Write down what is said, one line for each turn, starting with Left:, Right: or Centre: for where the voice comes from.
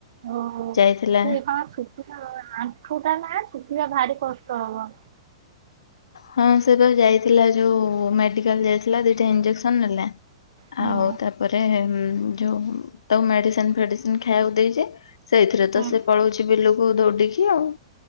Right: ଓହୋ
Left: ଯାଇଥିଲା
Right: ସେ କଣ ଶୁଖିଥିବ ଆଣ୍ଠୁଟା ନା ଶୁଖିବା ଭାରି କ ଷ୍ଟ ହବ।
Left: ହଁ ସେ ତ ଯାଇଥିଲା ଯୋଉ ମେଡିକାଲ ଯାଇଥିଲା ଦିଟା ଇଞ୍ଜେକ୍ସନ ନେଲା।
Right: ହୁଁ
Left: ଆଉ ତାପରେ ଉଁ ଯୋଉ ତାକୁ ମେଡିସିନ ଫେଡିସିନ ଖାଇଆକୁ ଦେଇଛି। ସେଇଥିରେ
Right: ହୁଁ
Left: ତ ସେ ପଳଉଛିି ବିଲୁ କୁ ଦୌଉଡିକି ଆଉ।